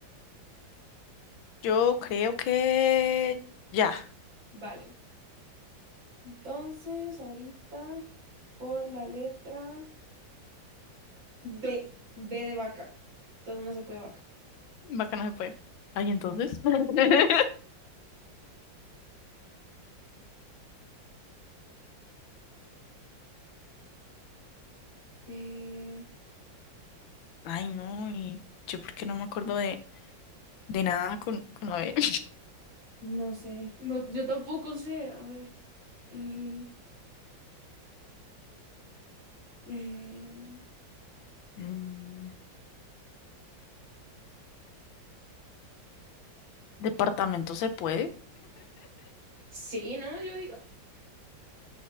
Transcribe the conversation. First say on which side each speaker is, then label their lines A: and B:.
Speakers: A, on the left; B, on the right.
A: Yo creo que ya.
B: Vale. Entonces, ahorita, por la letra B. B de vaca. Entonces no se puede vaca.
A: Vaca no se puede. Ay, entonces. <laughs>
B: Eh,
A: Ay, no, y yo porque no me acuerdo de, de nada con, con la B. <laughs>
B: no sé. No, yo tampoco sé. A ver. eh, eh,
A: Mm, Departamento se puede.
B: Sí, ¿no? Yo digo.